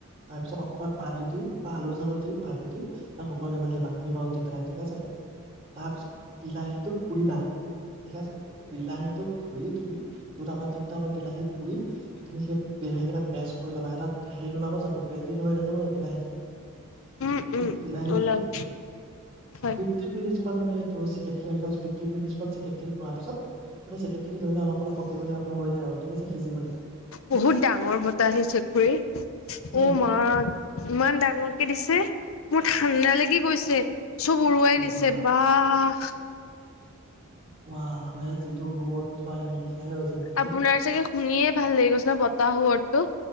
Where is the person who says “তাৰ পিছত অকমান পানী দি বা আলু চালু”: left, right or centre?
Right